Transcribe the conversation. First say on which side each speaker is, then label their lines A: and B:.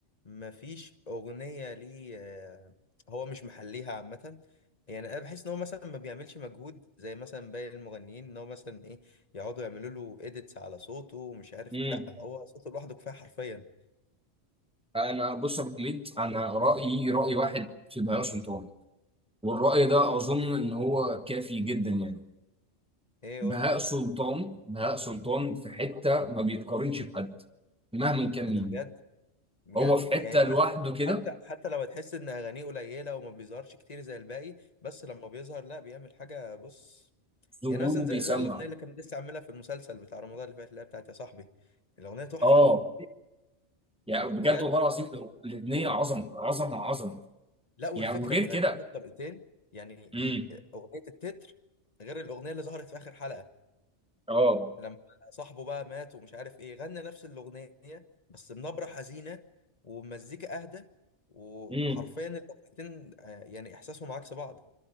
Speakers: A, on the left; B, in the centre.
A: مفيش اغنيه ليه آه، هو مش محليها عامه يعني انا بحس ان هو مثلا ما بيعملش مجهود زي مثلا باقي المغنيين ان هو مثلا ايه يقعدوا يعملوا له اديتس على صوته ومش عارف
B: مم.
A: لا هو صوته لوحده كفايه حرفيا
B: انا بص يا ابو حميد انا رايي راي واحد في بهاء سلطان والرأي ده أظن إن هو كافي جدا يعني
A: ايه
B: بهاء
A: قول
B: سلطان بهاء سلطان في حتة ما بيتقارنش بحد مهما كان
A: ده
B: مين
A: بجد بجد
B: هو في حتة
A: يعني
B: لوحده كده
A: حتى حتى لو تحس ان اغانيه قليله وما بيظهرش كتير زي الباقي بس لما بيظهر لا بيعمل حاجه بص
B: ظهوره
A: يعني مثلا زي,
B: بيسمع
A: زي الاغنيه اللي كان لسه عاملها في المسلسل بتاع رمضان اللي فات اللي هي بتاعت يا صاحبي الاغنيه تحفه
B: آه يعني بجد
A: بجد
B: والله العظيم الأغنية عظمة عظمة عظمة
A: لا والفكره
B: يعني وغير
A: مغنيه
B: كده
A: بطريقتين يعني
B: امم
A: م- اغنيه التتر غير الاغنيه اللي ظهرت في اخر حلقه
B: آه
A: لما صاحبه بقى مات ومش عارف ايه غنى نفس الاغنيه بس بنبره حزينه ومزيكا اهدى و-
B: امم
A: وحرفيا الاغنيتين آه، يعني احساسهم عكس بعض